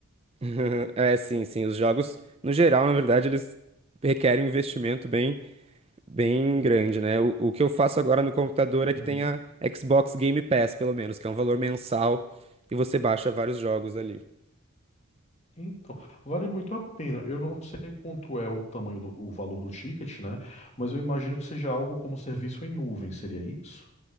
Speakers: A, on the right; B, on the left.
A: <laughs> É, sim, sim. Os jogos, no geral, na verdade, eles requerem um investimento bem, bem grande, né? O, o que eu faço agora no computador
B: Uhum.
A: é que tem a Xbox Game Pass, pelo menos, que é um valor mensal e você baixa vários jogos ali.
B: Então, vale muito a pena. Eu não sei quanto é o tamanho do, o valor do ticket, né? Mas eu imagino que seja algo como serviço em nuvem, seria isso?